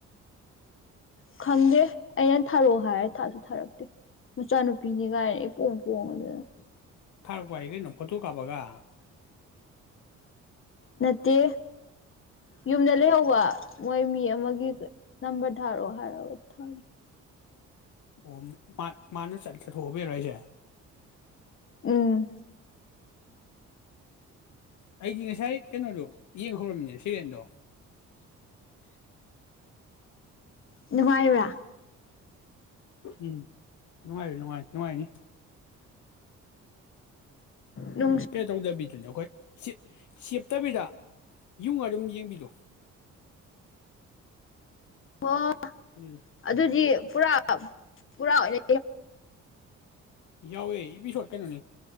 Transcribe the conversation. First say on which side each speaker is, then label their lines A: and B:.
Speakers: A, on the left; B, on the left.
A: ꯈꯪꯗꯦ ꯑꯩꯅ ꯊꯥꯔꯛꯑꯣ ꯍꯥꯏꯔꯦ ꯊꯥꯁꯨ ꯊꯥꯔꯛꯇꯦ ꯃꯆꯥꯅꯨꯄꯤꯅꯤ ꯀꯥꯏꯅ ꯑꯩ ꯄꯣꯡ ꯄꯣꯡꯉꯗꯅ
B: ꯊꯥꯔꯛꯄꯥꯏꯈꯩꯅꯣ ꯐꯣꯇꯣ ꯕꯒ
A: ꯅꯠꯇꯦ ꯌꯨꯝꯗ ꯂꯩꯍꯧꯕ ꯃꯣꯏ ꯃꯤ ꯑꯃꯒꯤ ꯅꯝꯕꯔ ꯊꯥꯔꯛꯑꯣ ꯍꯥꯏꯔꯒ ꯊꯥ
B: ꯑꯣ ꯃꯥꯅ ꯆꯠꯊꯣꯛꯑꯕꯤꯔ ꯑꯩꯁꯦ
A: ꯎꯝ
B: ꯑꯩ ꯁ ꯉꯁꯥꯏ ꯀꯩꯅꯣꯗꯣ ꯌꯦꯡꯈꯧꯔꯃꯤꯅ ꯁꯤꯔꯦꯟꯗꯣ
A: ꯅꯨꯡꯉꯥꯏꯕ꯭ꯔꯥ
B: ꯎꯝ ꯅꯨꯡꯉꯥꯏ ꯅꯨꯡꯉꯥꯏ ꯅꯨꯡꯉꯥꯏꯅꯤ
A: ꯅꯨꯡꯁꯨ
B: ꯀꯩ ꯇꯧꯗꯕꯤꯗꯨꯅꯤ ꯑꯩꯈꯣꯏ ꯁꯦꯞꯇꯕꯤꯗ ꯌꯨꯡ ꯑꯗꯨꯝ ꯌꯦꯡꯕꯤꯗꯣ
A: ꯑꯣ
B: ꯎꯝ
A: ꯑꯗꯨꯗꯤ ꯄꯨꯥ ꯄꯨꯔꯥꯅ
B: ꯌꯥꯎꯋꯦ ꯏꯄꯤ ꯁꯣꯔꯠ ꯀꯩꯅꯣꯅꯦ